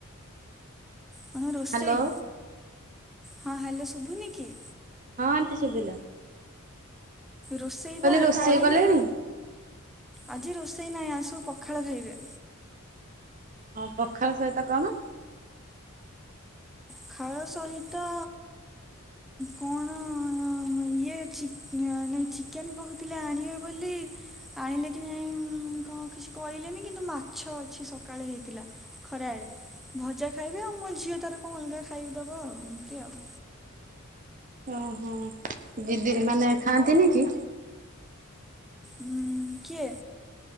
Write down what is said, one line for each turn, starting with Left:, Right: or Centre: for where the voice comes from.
Centre: କଣ ରୋଷେଇ
Right: ହ୍ୟାଲୋ
Centre: ହଁ ହ୍ୟାଲୋ ଶୁଭୁନି କି?
Right: ମୁଁ କହିଲି
Centre: ରୋଷେଇ ବା
Right: ରୋଷେଇ
Centre: କରିନି
Right: କଲେଣି?
Centre: ଆଜି ରୋଷେଇ ନାହିଁ ଆଜି ସବୁ ପଖାଳ ଖାଇବେ।
Right: ହଁ ପଖାଳ ସହିତ କଣ?
Centre: ପଖାଳ ସହିତ କଣ ଇଏ ଚି ଚିକେନ୍ କହୁଥିଲେ ଆଣିବେ ବୋଲି ଆଣିଲେ କି ନାଇଁ ଉମ୍ କାହାକୁ କିଛି କହିଲେନି କିନ୍ତୁ ମାଛ ଅଛି ସକାଳେ ହେଇଥିଲା। ଖରା ବେଳେ ଭଜା ଖାଇବେ ଆଉ ମୋ ଝିଅ ତାର କଣ ଅଲଗା ଖାଇିଦବ ଆଉ ଏମିତି ଆଉ।
Right: ଓହୋ ଦିଦି ମାନେ ଖାଆନ୍ତିନି କି?
Centre: ଉଁ କିଏ?